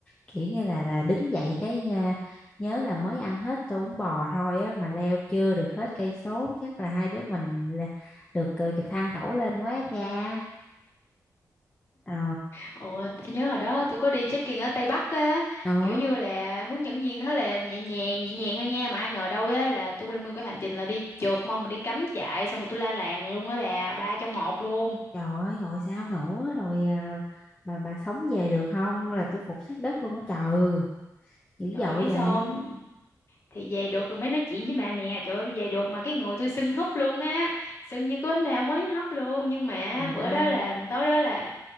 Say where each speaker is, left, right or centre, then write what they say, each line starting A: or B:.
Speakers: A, on the left; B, on the left.
A: Kiểu như là là đứng dậy cái nha, nhớ là mới ăn hết tô bún bò thôi á mà leo chưa được hết cây số, chắc là hai đứa mình là được ờ, giật thăng cẩu lên quá cha. Ờ,
B: Ủa, tôi nhớ hồi đó tôi có đi trekking ở Tây Bắc á,
A: đó.
B: kiểu như là hướng dẫn viên nói là nhẹ nhàng, nhẹ nhàng thôi nha, mà ai ngờ đâu á là tôi lên nguyên cái hành trình là đi trượt mông mà đi cắm trại xong rồi tôi la làng luôn á bà, ba trong một luôn.
A: Trời ơi, gọi sao nữa rồi à, bà bà sống về được không là tôi phục sát đất luôn á trời dữ
B: Trời
A: dội
B: ơi, biết
A: vậy
B: sao không? Thì về được rồi mới nói chuyện với bà nè, trời ơi tôi về được mà cái người tôi sưng húp luôn á, sưng như cái bánh bao mới hấp luôn, nhưng mà
A: à,
B: bữa
A: à
B: đó là tối đó là